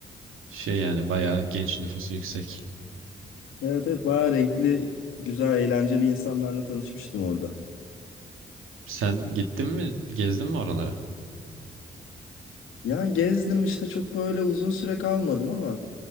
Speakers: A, on the right; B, on the left.
A: şey yani bayağı genç nüfusu yüksek.
B: evet evet bayağı renkli, güzel, eğlenceli insanlarla tanışmıştım orada.
A: Sen gittin mi? Gezdin mi oraları?
B: Yani gezdim işte çok böyle uzun süre kalmadım ama